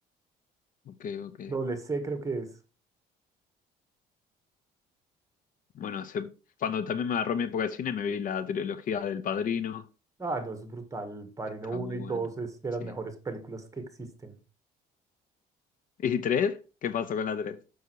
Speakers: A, on the left (about 50°); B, on the right (about 20°).
A: Ok, ok.
B: doble C creo que es.
A: Bueno, hace- cuando también me agarró mi época de cine, me vi la trilogía del Padrino,
B: Ah, no, es brutal. Padrino
A: que estaba
B: uno
A: muy
B: y
A: buena.
B: 2 es de
A: Sí.
B: las mejores películas que existen.
A: ¿Y tres? ¿Qué pasó con la tres?